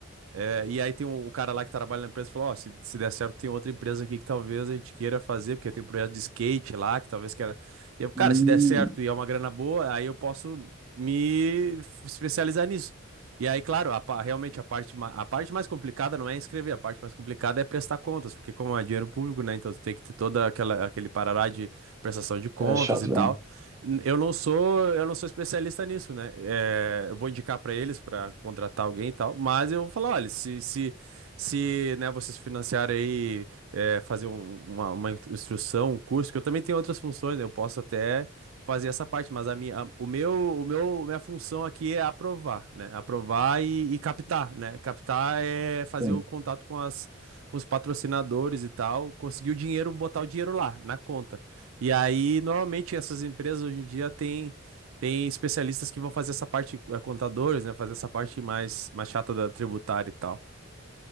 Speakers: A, on the right (about 80°); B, on the right (about 15°).
A: É, e aí tem o, o cara lá que trabalha na empresa e falou, ó, se, se der certo tem outra empresa aqui que talvez a gente queira fazer, porque tem um projeto de skate lá, que talvez queira... Eu, cara,
B: Hum,
A: se der certo e é uma grana boa, aí eu posso me f- especializar nisso. E aí, claro, a, pa- realmente a parte, ma- a parte mais complicada não é escrever, a parte mais complicada é prestar contas, porque como é dinheiro público, né, então tu tem que ter toda aquela, aquele parará de prestação de contas
B: é chato,
A: e
B: né?
A: tal. N- Eu não sou, eu não sou especialista nisso, né? É, eu vou indicar para eles para contratar alguém e tal, mas eu vou falar, olha, se, se, se, né, vocês financiarem aí, é, fazer um- uma, uma instrução, um curso, que eu também tenho outras funções, né? Eu posso até fazer essa parte, mas a minha, a- o meu, o meu, minha função aqui é aprovar, né? Aprovar e, e captar, né? Captar é fazer
B: Sim.
A: o contato com as, com os patrocinadores e tal, conseguir o dinheiro, botar o dinheiro lá na conta. E aí, normalmente, essas empresas hoje em dia têm tem especialistas que vão fazer essa parte, eh, contadores, né? Fazer essa parte mais, mais chata da tributária e tal.